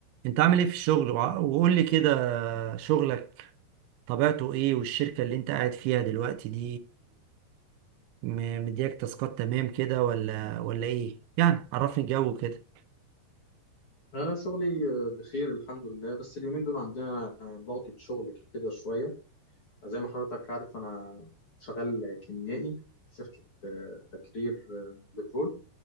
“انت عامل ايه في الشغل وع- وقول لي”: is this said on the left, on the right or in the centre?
Right